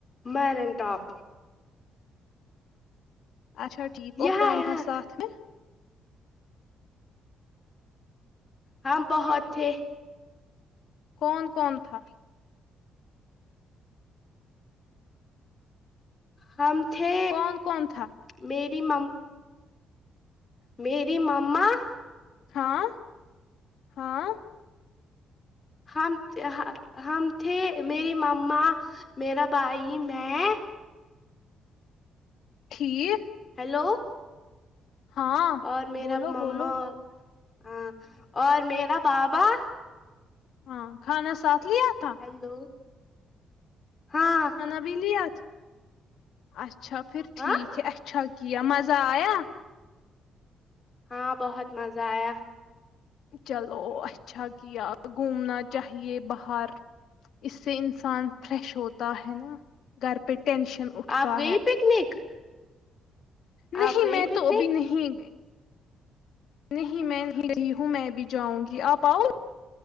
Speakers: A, on the left (about 30°); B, on the left (about 75°).
A: میرنٹاپ
B: اچھا ٹھیک اور
A: یہاں
B: کون
A: یہاں
B: تھا ساتھ میں
A: ہم بہت تھے
B: کون کون تھا
A: ہم تھے
B: کون کون تھا
A: میری مم میری مما
B: ہاں ہاں
A: ہم ہم تھے میری مما میریرا بھائی میں
B: ٹھیک
A: ہیلو
B: ہاں
A: اور میرا
B: بولو
A: مما
B: بولو
A: ہاں اور میرا بابا
B: ہاں کھانا ساتھ لیا تھا
A: ہیلو ہاں
B: قابیلیت اچھا پھر ٹھیک
A: ہاں
B: ہے اچھا کیا مزہ آیا
A: ہاں بہت مزہ آیا
B: چلو اچھا کیا گھومنا چاہیے باہر اس سے انسان فریش ہوتا ہے نا گھر پہ ٹینشن اٹھتا
A: آپ گئی
B: ہے
A: پکنک
B: نہیں
A: آپ گئی
B: میں
A: پکنک
B: تو ابھی نہیں نہیں میں نہیں رہی ہوں میں بھی جاؤں گی آپ آؤ